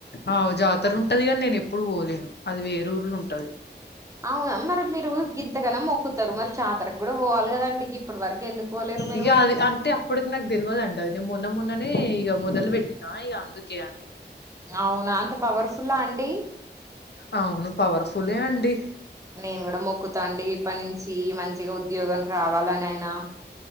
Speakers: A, on the left; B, on the right.
A: ఆవ్ జాతర ఉంటది కాని నేను ఎప్పుడు పోలేను అది వేర ఊర్లో ఉంటది
B: అవునా మరి మీరు గింతగనం మొక్కుతారు మరి జాతరకూ కూడా పోవాలి కదండి ఇప్పడు వరకు ఎందుకు పోలేరు మీరు
A: ఇగ అది అంటే అప్ ఇప్పటికి నాకు తెలియదండి అది నేను మొన్న మొన్ననే ఇక మొదలు పెట్టినా ఇక అందుకే అండి
B: అవునా అంత పవర్ఫుల్లా అండి
A: అవును పవర్ఫుల్లే అండి
B: నేను కూడా మొక్కుతాండి ఇప్పటి నుంచి మంచిగా ఉద్యోగం రావాలనియనా